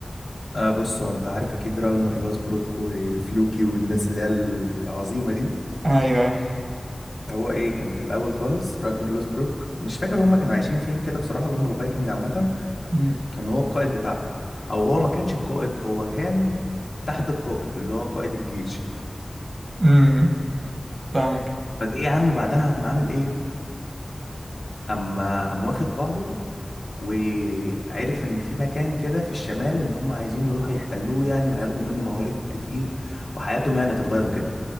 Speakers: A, on the left; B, on the right.
A: آه بص هو انت عارف اكيد راجنر لوسبروك وفلوكي والناس اللي هي العظيمه دي
B: ايوه ايوه
A: هو ايه كان في الاول خالص راجنر لوسبروك مش فاكر هما كانوا عايشين فين كده بصراحه اللي هما الفايكنج عامه
B: امم
A: كان هو القائد بتاعهم او هو ما كانش القائد هو كان تحت القائد اللي هو قائد الجيش
B: أمم، فاهمك
A: فجه يا عم بعدها قام عامل ايه اما قام واخد بعضه وعرف ان في مكان كده في الشمال ان هم عايزين يروحوا يحتلوه يعني وهياخدوا منه موارد كتير وحياتهم يعني هتتغير وكده